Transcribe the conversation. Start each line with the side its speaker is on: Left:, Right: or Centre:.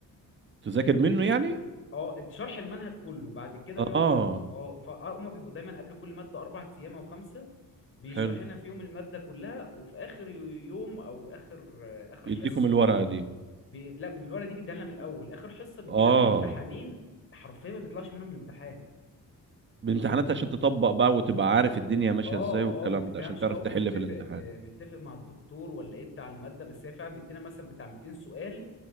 Right: تذاكر
Left: فاهم
Right: منه يعني
Left: اه شرح المنهج كله بعد كده
Right: اه
Left: بيقعد ي- اه فهم بيبقوا دايما قبل كل ماده اربع ايام او خمسه بيشرح
Right: حلو
Left: لنا في يوم الماده كلها وفي اخر يوم او اخر اخر
Right: يديكم
Left: حصه
Right: الورقة دي
Left: بي... لا الورقه دي بيديها لنا من الاول اخر حصه بيدينا
Right: اه
Left: زي امتحانين حرفيا ما بيطلعش منهم الامتحان
Right: بامتحانات عشان تطبق بقى وتبقى عارف الدنيا ماشيه
Left: اه
Right: ازاي والكلام
Left: اه ما تفهمش
Right: ده عشان تعرف
Left: بقى هو
Right: تحل
Left: متفق
Right: في الامتحان
Left: آه، متفق مع الدكتور ولا ايه بتاع الماده بس هي فعلا مدينا مثلا بتاع 200 سؤال